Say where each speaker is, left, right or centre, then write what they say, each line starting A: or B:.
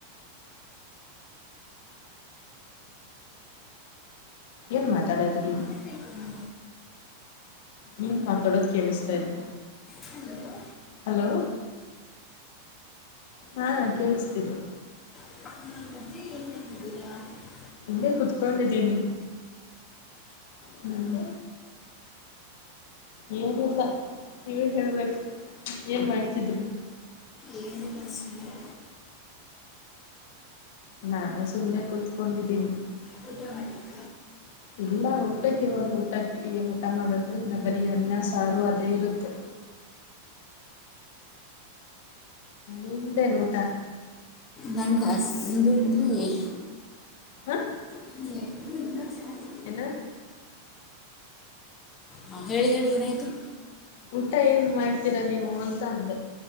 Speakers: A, on the left; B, on the left.
A: ಏನ್ ಮಾತಾಡದ್ರಿ.
B: ಹ್ಮ
A: ನೀನ್ ಮಾತಾಡೋದು ಕೇಳಿಸ್ತಾ ಇದೆ.
B: ಹಲೋ
A: ಹಲೋ ಹಾ ಕೇಳಿಸ್ತೀದೆ.
B: ಮೆ ಎ <unintelligible> ಇ <unintelligible>
A: ಇಲ್ಲೇ ಕುತ್ಕೊಂಡಿದ್ದೀನಿ. ಹ್ಮ್ ಏನಿಲ್ಲ ನೀವೇ ಹೇಳ್ಬೇಕು ಏನ್ ಮಾಡ್ತಿದ್ರಿ.
B: ಏನಿ ಇಲ್ಲಾ ಸುಮ್ನೆ
A: ನಾನು ಸುಮ್ಮನೆ ಕುೂತ್ಕೊಂಡಿದ್ದೀನಿ.
B: ಸದ <unintelligible>
A: ಇಲ್ಲ ಹೋಗ್ಬೇಕು ಇವಾಗ ಊಟಕ್ಕೆ ಏನ್ ಊಟ ಮಾಡೋದು ಇನ್ನು ಬರಿೀ ಅನ್ನ ಸಾರು ಅದೇ ಇರುತ್ತೆ ನಿಮ್ದು ಏನ್ ಊಟ
B: ನಮ್ಮಗೆ ಹಧೂರಲ್ಲಿ <unintelligible>
A: ಹ
B: ಹ <unintelligible>
A: ಏನ
B: ಹಾಂ ಹೇಳಿ ಹೇಳಿ ಏನಾಯಿತು.
A: ಊಟ ಏನ್ ಮಾಡ್ತೀರಾ ನೀವು ಅಂತ ಅಂದೆ.